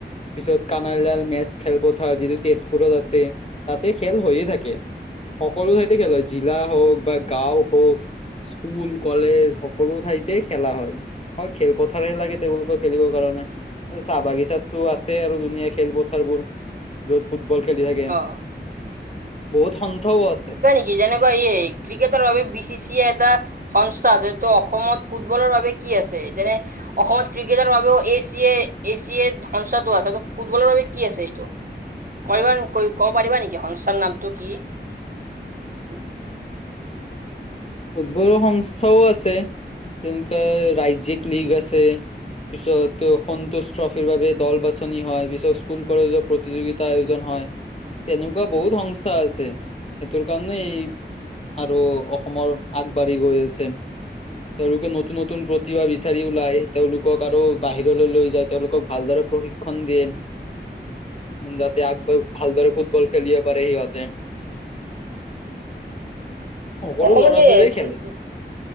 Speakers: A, on the left (about 35°); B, on the right (about 50°).
A: পিছত কানাইলাল মেজ খেলপথাৰ, যিটো তেজপুৰত আছে। তাতে খেল হৈয়ে থাকে। সকলো ঠাইতে খেল হয়, জিলা হওক বা গাঁও হওক স্কুল, কলেজ সকলো ঠাইতে খেলা হয়। হয়। খেলপথাৰহে লাগে তেওঁলোকৰ খেলিবৰ কাৰণে। আৰু চাহ বাগিচা তাতো আছেই আৰু দুনিয়াৰ খেলপথাৰবোৰ। য'ত ফুটবল খেলি থাকে।
B: অ
A: বহুত সন্থাও আছে।
B: যেনেকৈ এই ক্ৰিকেটৰ বাবে বি চি এ এটা সংস্থা আছে। ট' অসমত ফুটবলৰ বাবে কি আছে? যেনে অসমত ক্ৰিকেটৰ বাবেও A C A, A C A সংস্থাটো আছে। ফুটবলৰ বাবে কি আছে এইটো? কৈবা, ক'ব পাৰিবা নেকি সংস্থাৰ নামটো কি? <inaudible>
A: ফুট বলৰ সংস্থাও আছে। তেনকে ৰাজ্যিক লিগ আছে। পিছত সন্তোষ ট্ৰফিৰ বাবে দল বাছনি হয়, পিছত স্কুল কলেজৰ প্ৰতিযোগিতা আয়োজন হয়। তেনেকুৱা বহুত সংস্থা আছে। সেইটোৰ কাৰণে এই আৰু অসমৰ আগবাঢ়ি গৈ আছে। তেওঁলোকে নতুন নতুন প্ৰতিভা বিচাৰি ওলাই, তেওঁলোকক আৰু বাহিৰলৈ লৈ যায়, তেওঁলোকক ভালদৰে প্ৰশিক্ষ ন দিয়ে।
B: <inaudible>
A: যাতে আগব ভালদৰে ফুটবল খেলিব পাৰে সিহঁতে। সকলো
B: অসমত
A: ল'ৰা ছোৱালীয়ে
B: এই ফুটব
A: খেলে